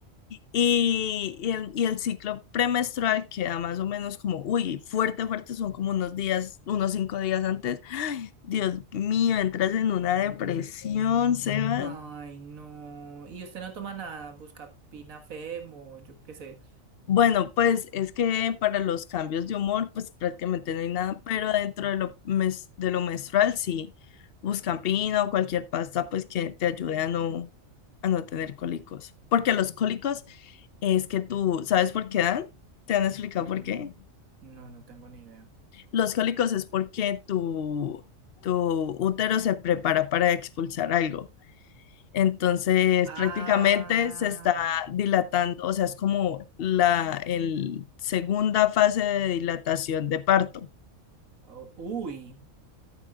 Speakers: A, on the left; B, on the right.
A: y, y el, y el ciclo premenstrual queda más o menos como, uy, fuerte, fuerte, son como unos días, unos cinco días antes. <gasps> Ay, Dios mío, entras en una depresión, Sebas.
B: Ay, no. Y usted no toma nada, busca pinafem o yo qué sé.
A: Bueno, pues es que para los cambios de humor, pues prácticamente no hay nada, pero dentro de lo, mes- de lo menstrual, sí, Buscampina o cualquier pasta, pues que te ayude a no, a no tener cólicos. Porque los cólicos es que tú, ¿sabes por qué dan? ¿Te han explicado
B: Mm,
A: por qué?
B: no, no tengo ni idea.
A: Los cólicos es porque tu, tu útero se prepara para expulsar algo. Entonces,
B: Ah,
A: prácticamente se está dilatando, o sea, es como la el segunda fase de dilatación de parto.
B: oh, uy.